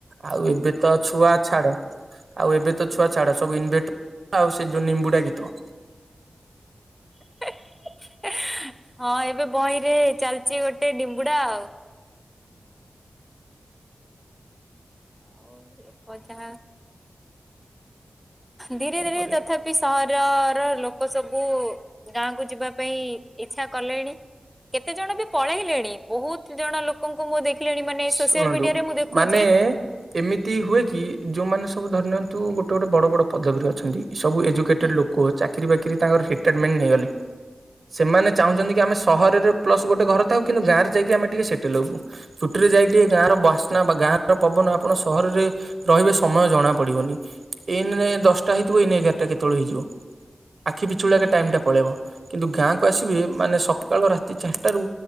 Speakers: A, on the right; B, in the centre.
A: ଆଉ ଏବେ ତ ଛୁଆ ଛାଡ଼। ଆଉ ଏବେ ତ ଛୁଆ ଛାଡ ସବୁ ଇନଭେଟର ଆଉ ସେ ଯୋଉ ନିମ୍ବୁଡା ଗୀତ।
B: <inaudible> ହଁ ଏବେ ବହିରେ ଚାଲିଚି ଗୋ ଗୋଟେ ନିମ୍ବୁଡ଼ା ଆଉ। ଆଉ ଲୋକ ଯାହା ଧୀରେ
A: କଣ
B: ଧୀରେ
A: କରିବା।
B: ତଥା ପି ସହରର ଲୋକ ସବୁ ଗାଁକୁ ଯିବା ପାଇଁ ଇଚ୍ଛା କଲେଣି। କେତେ ଜଣ ବି ପଳେଇଲେଣି ବହୁତ ଜଣ ଲୋକଙ୍କୁ ମୁଁ ଦେଖ୍ ଖିଲେଣି ମାନେ ଏଇ
A: ଶୁଣନ୍ତୁ
B: ସୋସିଆଲ୍ ମିଡିଆରେ ମୁଁ ଦେଖୁଛି
A: ମାନେ ଏମିତି ହୁଏ କି ଯୋଉମାନେ ସବୁ ଧରି ନିଅନ୍ତୁ ଗୋଟେ ଗୋଟେ ବଡ଼ ବଡ଼ ପଦବୀରେ ଅଛନ୍ତି। ସବୁ ଏଜୁକେଟେଡ୍
B: ହୁଁ
A: ଲୋକ, ଚାକିରୀ ବାକିରୀ ତାଙ୍କର <unintelligible> ରିଟାର୍ଡଟମେଣ୍ଟ ନେଇଗଲେ, ସେମାନେ ଚାହୁଁଛନ୍ତି କି ଆମେ ସହରରେ ପ୍ଲସ୍ ଗୋଟେ ଘରେ ଥାଉ କିନ୍ତୁ ଗାଁରେ ଯାଇକି ଆମେ ଟିକେ ସେଟେଲ୍ ହବୁ। ଛୁଟ୍ରିରେ ଯାଇ ଟିକେ ଗାଁର ବାସ୍ନା ବା ଗାଁର ପବନ ଆପଣ ସହରରେ ରହିବେ ସମୟ ଜଣା ପଡ଼ିବନି, ଏଇନାରେ ଦଶଟା ହେଇଥିବ ଏଇନେ ଏଗାରଟା କେତୋଳେ ହେଇଯିବ। ଆଖି ପିଛୁଳାକେ
B: ହୁଁ
A: ଟାଇମ୍ ଟା ପଳେଇବ। କିନ୍ତୁ ଗାଁକୁ ଆସିବେ ମାନେ ସକାଳ ରାତି ଚାରିଟାରୁ